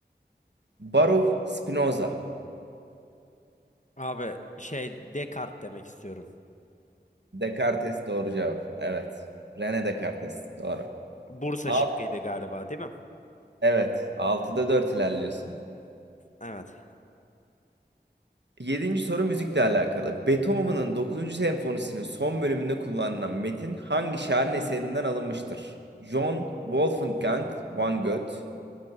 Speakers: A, on the right (about 80°); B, on the left (about 45°).
A: Baruch Spinoza.
B: Abi şey Descartes demek istiyorum.
A: Descartes doğru cevap. Evet. René Descartes doğru.
B: Bursa
A: Altı.
B: şıkkıydı galiba değil mi?
A: Evet. Altıda 4 ilerliyorsun.
B: Evet.
A: Yedinci soru müzikle alakalı. Beethoven'ın dokuzuncu senfonisinin son bölümünde kullanılan metin hangi şairin eserinden alınmıştır? John Wolfgang van Goethe,